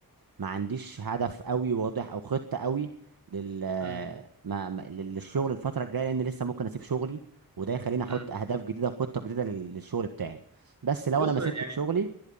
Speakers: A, on the right (about 70°); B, on the right (about 50°).
A: ما عنديش هدف قوي واضح او خطه قوي لل
B: امم
A: ما ما- للشغل الفتره الجايه لان لسه ممكن اسيب شغلي وده يخليني احط
B: امم
A: اهداف جديده وخطه جديده لل- للشغل بتاعي بس لو
B: بص
A: انا ما
B: يعني
A: سبت شغلي